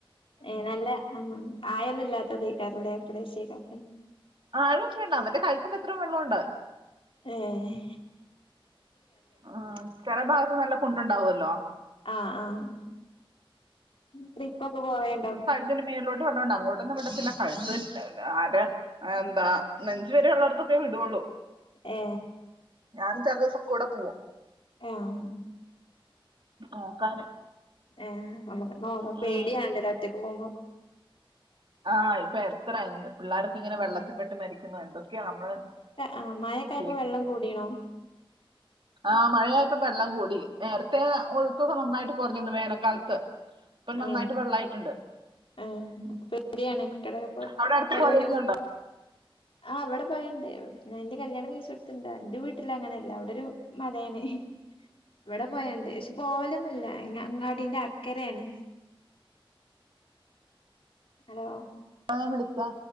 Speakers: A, on the left; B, on the right.
A: ഏ നല്ല ആയം ഒന്നുമില്ലാത്തത് ഈക്ക <unintelligible> റല പ്രദേശക്കാക്കെ.
B: ആഴം ഒക്കെ ഉണ്ട് അവന്റ കഴുത്തിന്റെ അത്രയും വെള്ളം ഒണ്ട്
A: ഏഹ്
B: ഉം ചെല ഭാഗത്ത് നല്ല കുണ്ടുണ്ടാവല്ലോ.
A: ആഹ് ആഹ് ട്രിപ്പൊക്കെ പോവേണ്ടോ
B: ഇതിന്റെ മേളിലോട്ട് വെള്ളം ഒണ്ട് അങ്ങോട്ടൊന്നും വിടത്തില്ല കഴുത്ത് <unintelligible> അര എന്താ നെഞ്ചു വരെ ഉള്ളടത്തൊക്കെ വിടുവൊള്ളൂ.
A: ഏ
B: ഞാനും ചെല ദെവസം കൂടെ പോകും
A: ആഹ്
B: നോക്കാന്
A: ഏ നമ്മുക്ക് എന്തോ
B: ഉം.
A: പേടിയാണല്ലല്ലോ ഒറ്റക്ക് പോകുമ്പോ.
B: ആഹ് ഇപ്പൊ എത്ര പിള്ളേർക്ക് ഇങ്ങനെ
A: ഉം
B: വെള്ളത്തിൽ പെട്ട് മരിക്കുന്നു എന്തൊക്കെയാ നമ്മള്-
A: ആഹ് മയക്കായപ്പോ
B: കേൾ-
A: വെള്ളം കൂടിയോ
B: ആ മഴയപ്പോ വെള്ളം കൂടി നേരത്തെ ഒഴുക്കൊക്കെ നന്നായിട്ട് കൊറഞ്ഞിരുന്നു വേനൽക്കാലത്ത്- ഇപ്പൊ
A: ആ
B: നന്നായിട്ട് വെള്ളായിട്ടുണ്ട്.
A: ആ പേടിയാണ് കുട്ടിയുടെ ഇപ്പൊ
B: അവിടെ അടുത്ത്
A: ഓരോ
B: പുഴയൊക്കെ
A: ജോ
B: ഉണ്ടോ
A: ആ അവിടെ പോയണ്ട്, ഞാൻ എന്റെ കല്യാണം കഴിച്ചടുത്തുണ്ട് എന്റെ വീട്ടിൽ അങ്ങനെയല്ല അവിടെ ഒരു മലയാണ്. ഇവിടെ പോയണ്ട് പക്ഷെ പോവലൊന്നും ഇല്ല അങ്ങാടിന്റെ അക്കരയാണ്. <inaudible> ഹലോ
B: ആ വിളിക്കാ